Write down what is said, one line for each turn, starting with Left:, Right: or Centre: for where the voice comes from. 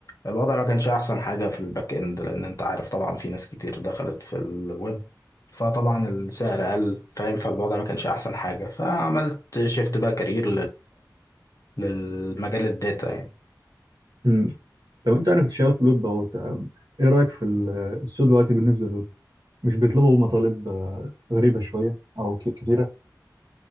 Left: الوضع ما كانش احسن حاجه في الباك اند لان انت عارف طبعا في ناس كتير دخلت في الويب فطبعا السعر قل فاهم فالوضع ما كانش احسن حاجه فعملت شيفت بقى كارير للمجال الداتا يعني
Right: مم. لو انت انا كنت شغال في لوب اهو تمام. ايه رايك في ال- السوق دلوقتي بالنسبه للوب مش بيطلبوا مطالب آه، غريبه شويه او ك... كتيره